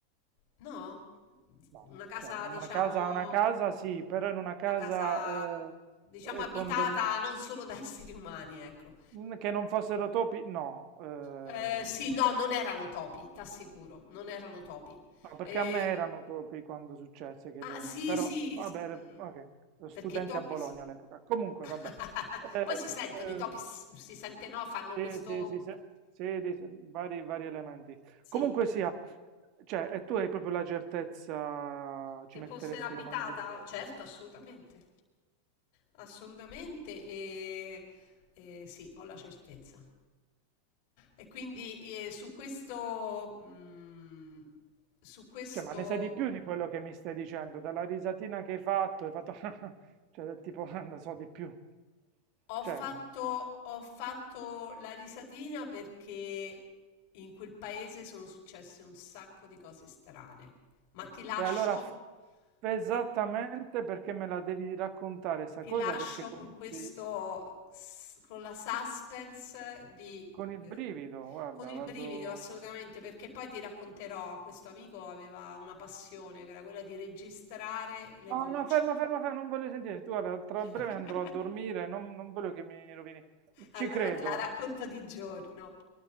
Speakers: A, on the left; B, on the right.
A: No? Di-
B: No,
A: Una casa,
B: cioè, in
A: diciamo,
B: una casa, una casa sì, però in una casa
A: una casa,
B: eh,
A: diciamo,
B: eh,
A: abitata
B: con del...
A: non solo da esseri umani, ecco.
B: mm, che non fossero topi, no. eh,
A: Eh, sì, no, non erano topi, t'assicuro, non erano topi.
B: No, perché
A: Eh,
B: a me erano topi quando successe che
A: Ah
B: dormì,
A: sì,
B: però
A: sì,
B: vabbè,
A: s mhmm,
B: ok, ero studente
A: perché i topi
B: a Bologna
A: s
B: all'epoca. Comunque,
A: <laughs>
B: vabbè. Eh,
A: Poi si sentono i topi, s si sente, no, fanno
B: eh,
A: questo
B: sì, sì, sì, sì, sì, di- sì, vari, vari elementi.
A: sì,
B: Comunque sia, cioè, e tu hai proprio la certezza,
A: che
B: ci metteresti
A: fosse l'abitata?
B: la mano sul fuoco.
A: Certo, assolutamente. Assolutamente, ehm, ehm, sì, ho la certezza. E quindi, ehm, su questo mhmm, su questo
B: Cioè, ma ne sai di più di quello che mi stai dicendo, dalla risatina che hai fatto, hai fatto, <laughs> cioè, tipo, <laughs> non so, di più.
A: Ho
B: Cioè,
A: fatto, ho fatto la risatina perché in quel paese sono successe un sacco di cose strane. Ma ti lascio,
B: E allora f- esattamente
A: ti,
B: perché me la devi raccontare sta
A: ti
B: cosa,
A: lascio
B: perché cominci
A: con questo, s- con la suspense di,
B: con il
A: eh,
B: brivido, guarda,
A: con il
B: vado...
A: brivido assolutamente, perché poi ti racconterò, questo amico aveva una passione che era quella di registrare le
B: No,
A: voci.
B: no, ferma, ferma, ferma, non voglio sentire. Tu, guarda, tra
A: <laughs>
B: breve andrò a dormire, non, non voglio che mi rovini.
A: Allora
B: Ci credo.
A: te la racconto di giorno.